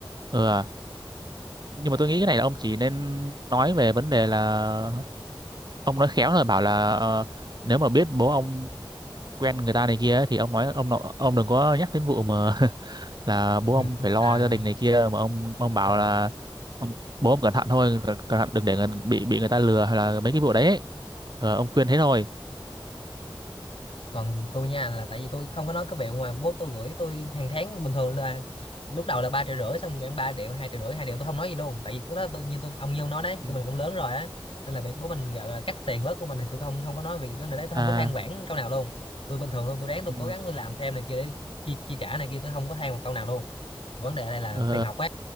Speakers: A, on the right; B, on the left.
A: ừ, à, nhưng mà tôi nghĩ cái này là ông chỉ nên nói về vấn đề là ông nói khéo rồi bảo là ờ, nếu mà biết bố ông quen người ta này kia ấy, thì ông nói ông nọ- ông đừng có nhắc đến vụ mà <laughs> là bố ông
B: <laughs>
A: phải lo
B: à
A: gia đình này kia mà ông ông bảo
B: ờ.
A: là ông, bố ông cẩn thận thôi cẩn, cẩn thận đừng để người, bị bị người ta lừa hay là mấy cái vụ đấy ấy. Ờ, ông khuyên thế thôi
B: còn tôi nha là tại vì tôi không có nói cái việc mà bố tôi gửi tôi hàng tháng bình thường là lúc đầu là ba triệu rưỡi xong rồi ba triệu hai triệu rưỡi hai triệu tôi không nói gì luôn tại vì cái đó tôi như tôi ông Nhân nói đấy
A: Ừ.
B: cái mình cũng lớn rồi á nên là việc bố mình gọi là cắt tiền bớt của mình thì tôi không không có nói vì cái này đấy tôi
A: à
B: không có than vãn câu nào luôn tôi bình thường luôn tôi ráng tôi
A: ừ.
B: cố gắng tôi làm thêm này kia để chi, chi trả này kia tôi không có than một câu nào luôn vấn đề ở đây là
A: ờ
B: tiền học á